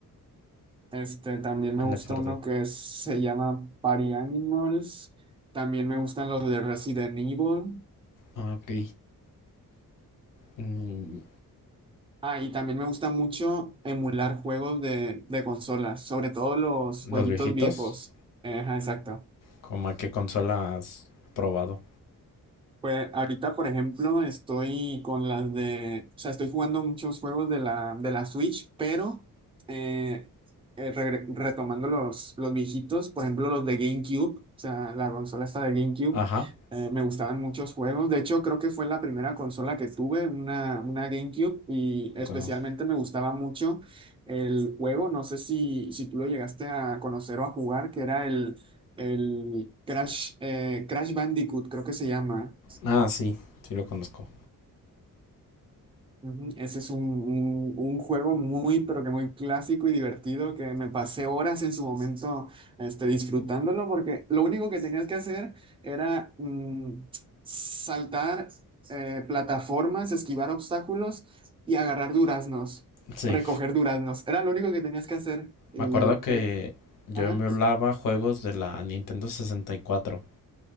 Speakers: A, on the right; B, on the left.
A: Este, también me
B: El
A: gusta
B: FRD.
A: uno que es- se llama Party Animals. También me gustan los de Resident Evil.
B: Ok. Mm,
A: Ah, y también me gusta mucho emular juegos de, de consolas, sobre todo los
B: Los
A: jueguitos
B: viejitos.
A: viejos. Eh, Ajá, exacto.
B: Como a qué consola has probado.
A: Pues ahorita, por ejemplo, estoy con las de, o sea, estoy jugando muchos juegos de la, de la Switch, pero eh, eh, regre- retomando los, los viejitos, por ejemplo, los de GameCube, o sea, la consola esta de GameCube,
B: Ajá.
A: eh, me gustaban muchos juegos. De hecho, creo que fue la primera consola que tuve, una, una GameCube, y especialmente
B: Wow.
A: me gustaba mucho el juego, no sé si, si tú lo llegaste a conocer o a jugar, que era el... El Crash, eh, Crash Bandicoot, creo que se llama.
B: Ah, sí. Sí lo conozco.
A: Ujú, Ese es un, un- un juego muy, pero que muy clásico y divertido que me pasé horas en su momento este, disfrutándolo porque lo único que tenías que hacer era mm, saltar eh, plataformas, esquivar obstáculos y agarrar duraznos,
B: Sí.
A: recoger duraznos. Era lo único que tenías que hacer. Y,
B: Me acuerdo que
A: eh,
B: yo
A: ajá.
B: emulaba juegos de la Nintendo sesenta y cuatro